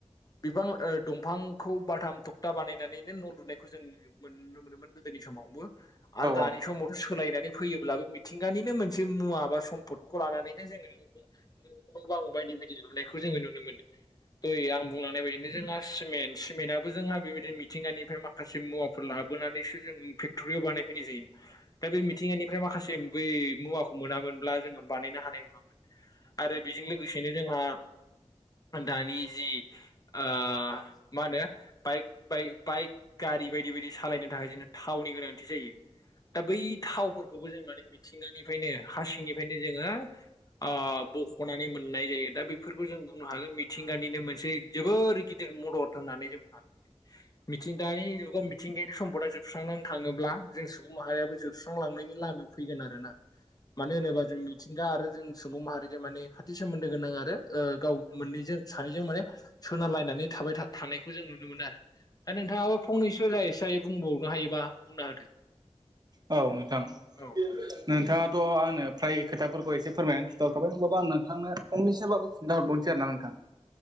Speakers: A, on the left; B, on the right.
A: बिफां ओ दंफां खौ बाथाम थखथा बानायनानैनो न' लुनायखौ जों मोनो नुनो मोनोमोन गोदोनि समावबो आरो दानि
B: औ
A: समावथ' सोलायनानै फैयोब्लाबो मिथिंगानिनो मोनसे मुवा बा समपखौ लानानैनो जोङो नुयो गोबां बायदि बायदि लुनायखौ जोङो नुनो मोनदों दहाय आं बुंलांनाय बायदिनो जोंना सिमेन्ट सिमेन्टाबबो जोंहा बेबायदि मिथिंगानिफ्राय माखासे मुवाफोर लाबोनानैसो जों फेक्ट'रियाव बानाय फैनाय जायो दा बे मिथिंगानिफ्राय माखासे बै मुवा मोनामोनब्ला जोङो बानायनो हानाय नङामोन आरो बेजों लोगोसेनो जोंहा दानि जि ओ मा होनो बाइक बाइ बाइक गारि बायदि बायदि सालायनो थाखाय जोंहा थावनि गोनांथि जायो दा बै थावफोरखौबो जों माने मिथिंगानिफ्रायनो हारसिंनिफ्रायनो जोङो ओ बख'नानै मोननाय जायो दा बेफोरखौ जों बुंनो हागोन मिथिंगानिनो मोनसे जोबोर गि दिर मदद होननानै जों बुंनो हागोन मिथिंगानि दानि जुगाव मिथिंगायारि समपदा जोबस्रांनानै थाङोब्ला जों सुबुं माहारियाबो जोबस्रांलांनायनि लामायाव फैगोन आरोना मानो होनोबा जों मिथिंगा आरो जों सुबुं माहारिजों माने खाथि सोमोनदो गोनां आरो गाव मोननैजों सानैजों माने सोनारलायनानै थाबाय थानायखौ जों नुनो मोनो आरो दा नोंथाङाबो फंनैसो जा एसे हायो बुंबावनो हायोबा बुंना होदो
B: औ नोंथां नोंथाङा
A: औ
B: थ' आंनो फ्राय खोथाफोरखौ एसे फोरमायनानै खिनथाहरखाबाय होनबाबो आं नोंथां फंनैसाबाबो खिथा हरबावसै आरोना नोंथां